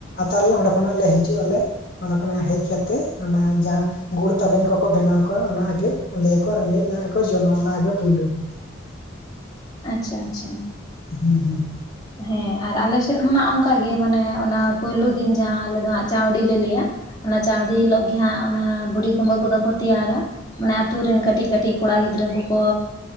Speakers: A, on the left (about 50°); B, on the left (about 20°).
A: ᱟᱛᱟᱨᱟᱞᱮ ᱚᱸᱰᱮ ᱠᱷᱚᱱᱟᱜ ᱞᱮ ᱦᱤᱡᱩᱜ ᱟᱞᱮ ᱚᱸᱰᱮ ᱠᱷᱚᱱᱟᱜ ᱦᱮᱡ ᱠᱟᱛᱮ ᱚᱱᱟ ᱡᱟᱦᱟᱸ, ᱜᱩᱲ ᱛᱟᱵᱮᱱ ᱠᱚᱠᱚ ᱵᱮᱱᱟᱣ ᱠᱟᱜᱼᱟ ᱚᱱᱟ ᱜᱮ ᱞᱟᱹᱭᱟᱠᱚ ᱨᱮᱸᱜᱮᱡ ᱞᱟᱡ ᱨᱮᱠᱚ ᱡᱚᱢᱟ ᱚᱱᱟ ᱜᱮ ᱯᱩᱭᱞᱩ ᱾
B: ᱟᱪᱪᱷᱟ ᱟᱪᱪᱷᱟ
A: ᱦᱩᱸ ᱦᱩᱸᱻ
B: ᱦᱮᱸ ᱟᱨ ᱟᱞᱮᱥᱮᱫ ᱦᱚᱸ ᱱᱷᱟᱜ ᱚᱱᱠᱟ ᱜᱮ ᱢᱟᱱᱮ ᱚᱱᱟ ᱯᱩᱭᱞᱩ ᱫᱤᱱ ᱡᱟᱦᱟᱸ ᱟᱞᱮ ᱫᱚ ᱦᱟᱸᱜ ᱪᱟᱹᱣᱰᱤ ᱞᱮ ᱞᱟᱹᱭᱟ ᱾ ᱚᱱᱟ ᱪᱟᱶᱰᱤ ᱦᱤᱞᱳᱜ ᱜᱮᱦᱟᱸᱜ ᱚᱱᱟ ᱵᱩᱰᱷᱤ ᱠᱩᱢᱵᱟᱹ ᱠᱚᱫᱚ ᱠᱚ ᱛᱮᱭᱟᱨᱟ ᱢᱟᱱᱮ ᱟᱹᱛᱩ ᱨᱤᱱ ᱠᱟᱹᱴᱤᱡ ᱠᱟᱹᱴᱤᱡ, ᱠᱚᱲᱟ ᱜᱤᱫᱽᱨᱟᱹ ᱠᱚᱠᱚ